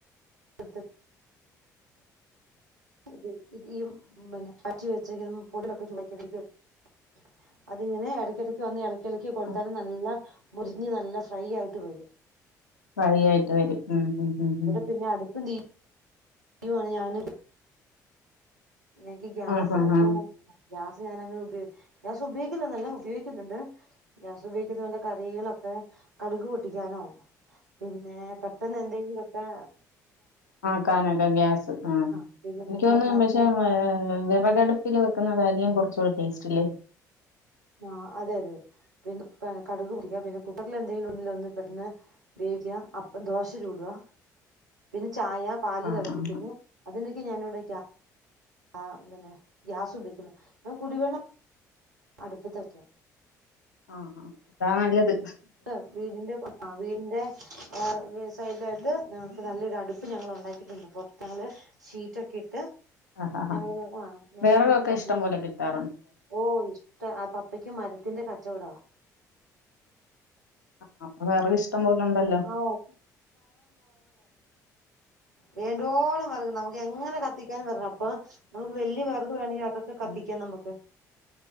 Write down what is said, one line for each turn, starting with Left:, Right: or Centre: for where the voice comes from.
Right: എടുത്തിട്ട് <unintelligible> ഇത് ഇ <unintelligible> കൊച്ചി വെച്ചതും പൊടികളൊക്കെ ചുമ <unintelligible> അത് ഇങ്ങനെ ഇടക്കിടക്ക് വന്ന് ളക്കി കൊടുത്താലും
Left: ഉം.
Right: നല്ല മുരിഞ്ഞ് നല്ല ഫ്രൈ ആയിട്ട് വരും
Left: ഫ്രൈയായിട്ട് വരും ഉം ഉം ഉം
Right: ഇവിടെ
Left: ഉം
Right: പിന്നെ അടുപ്പും തീ അയുണ് ഞാന് എനിക്ക് ഗ്യാസ്
Left: ആ ഹാ ഹാ
Right: ഞാൻ ഗ്യാസ് ഞാൻങ്ങനെ ഉപയോഗ ഗ്യാസ് ഉപയോഗിക്കില്ല ഉപയോഗിക്കുന്നുണ്ട് ഗ്യാസ് ഉപയോഗിക്കുന്ന നല്ല കറികളൊക്കെ കടുക് പൊട്ടിക്കാനോ പിന്നെ പെട്ടെന്ന് എന്തെങ്കി ആ
Left: ആ കാനക്ക ഗ്യാസ് ആ
Right: ആഹ് പിന്നെ
Left: എനിക്ക്
Right: കുക്കറിനകത്ത്
Left: തോന്നുന്നു <unintelligible> വിറകടുപ്പിൽ വെക്കുന്നതായിരിക്കും കുറച്ചുടെ ടെസ്റ്റ്ല്ലേ
Right: ആ അതെ അതെ പിന്നെ കടുക് പൊട്ടിക്കുക പിന്നെ കുക്കറൽ എന്തെങ്കിലും ഉണ്ടെങ്കിൽ ഒന്ന് പെട്ടെന്ന് വേവിക്ക അപ്പ ദോശ ചൂടുക പിന്നെ ചായ പാല്
Left: ആ
Right: തിളപ്പിക്കുന്നു
Left: ആ ആ
Right: അതിനൊക്കെ ഞാന ഇവിടെ ആ പിന്നെ ഗ്യാസുപയോഗിക്കുന്നു കുടിവെള്ളം അടുപ്പ് വെക്കാം
Left: ആ അതാ നല്ലത്
Right: <unintelligible> വീടിന്റെ <unintelligible> വീടിന്റെ ആ വേ സൈഡിലായിട്ട് ഞങ്ങക്ക് നല്ലൊരു അടുപ്പ് ഞങ്ങൾ ഉണ്ടാക്കിട്ടുണ്ട് പൊറത്ത് ഞങ്ങള് ഷീറ്റൊക്കെ ഇട്ട്
Left: ആ ആ
Right: ഞങ്ങള് ആ ഞാനും
Left: വേറെതൊക്കെ
Right: മമ്മിയും
Left: ഇഷ്ടം പോലെ കിട്ടാ
Right: ഓ ഇഷ്ട ആ പപ്പയ്ക്ക് മരത്തിന്റെ ക കച്ചോട
Left: ആ അ വിറക് ഇഷ്ടം പോലെണ്ടല്ലോ
Right: ഓ വേണ്ടുവോളം വർഗ നമക്ക് എങ്ങനെ കത്തിക്കാനും വണം അപ്പൊ നമുക്ക് വലിയ വർഗ വേണെങ്കിൽ അതൊക്കെ കത്തിക്കാം
Left: ആഹ്
Right: നമുക്ക്